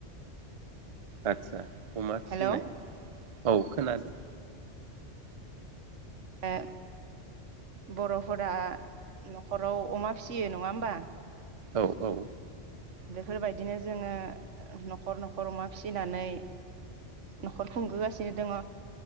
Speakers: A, on the right (about 40°); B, on the right (about 85°).
A: आतसा अमा फिसिनाय
B: हेलौ
A: औ खोनादों
B: ओ बरफोरा नखराव अमा फिसियो नङा होमबा?
A: औ औ
B: बेफोरबायदिनो जोङो नखर नखर अमा फिसिनानै नखर खुंबोगासिनो दङ।